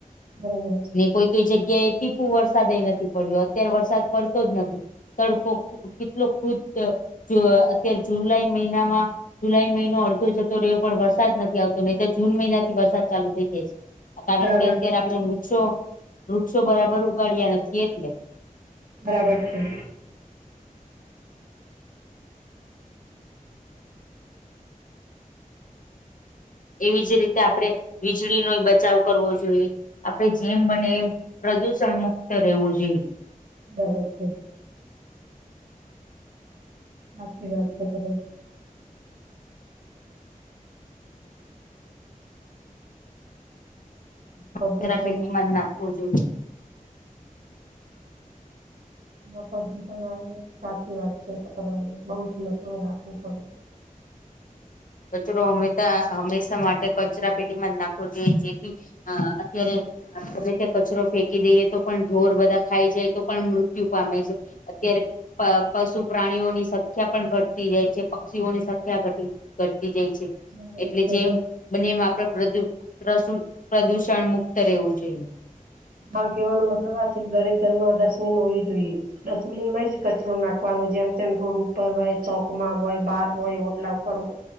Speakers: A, on the right; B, on the left.
A: બરાબર છે
B: ને કોઈ કોઈ જગ્યાએ ટીપુ વરસાદએ નથી પડ્યો અત્યારે વરસાદ પડતો જ નથી. તડકો કેટલો ખુ અત્યારે જુ જુલાઈ મહિનામાં જુલાઈ મહિનો અડધો જતો રહ્યો પણ વરસાદ નથી આવતો નહી. તો જૂન મહિના થી વરસાદ ચાલુ થઈ જાય છે. કારણ
A: બરાબર
B: કે અત્યારે
A: છે
B: આપડણે વૃક્ષો વૃક્ષો બરાબર ઉગાડ્યા નથી. એટલે
A: બરાબર છે.
B: એવી જ રીતે આપણે વીજળીનો બચાવ કરવો જોઈએ. આપણે જેમ બને એમ પ્રદૂષણ મુક્ત રહેવું જોઈએ.
A: બરાબર સાચી વાત છે. તમારી પ્રદુષણ
B: કચરા પેટીમાં જ નાખવો જોઇએ.
A: હ પ્રદુષણ આવે સાચી વાત છે. તો તમે બઉ જ <unintelligible> રાખવું પડે
B: કચરો હંમેશા હંમેશા માટે કચરા પેટીમાં જ નાખવો જોઈએ જેથી અ અત્યારે હા તમે ત્યાં કચરો ફેંકી દઈએ તો પણ ઢોર બધા ખાઈ જાય તો પણ મૃત્યુ પામે છે. અત્યારે પશુ પ્રાણીઓની સંખ્યા પણ ઘટતી જાય છે. પક્ષીઓની સંખ્યા ઘટી ઘટતી જાય છે.
A: બરાબર
B: એટલે
A: છે
B: જેમ બંને એમ આપડે પદુ પશ પ્રદુષણ મુક્ત રહેવું જોઈએ.
A: માર કહેવાનો મતલબ આ છે. કે દરેક ઘર મા ડસમીન હોવી જોઈએ. ડસ્ટબિનમાં જ કચરો નાખવાનું જેમ તેમ રોડ ઉપર હોય ચોકમાં હોય બાર હોય ઓટલા ઉપર હોય.